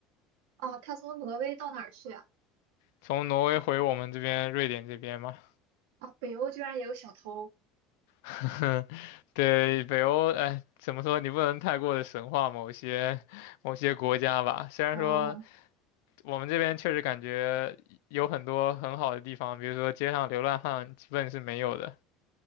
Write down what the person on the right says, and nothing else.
哦，他从挪威到哪儿去啊？
啊，北欧居然也有小偷。
嗯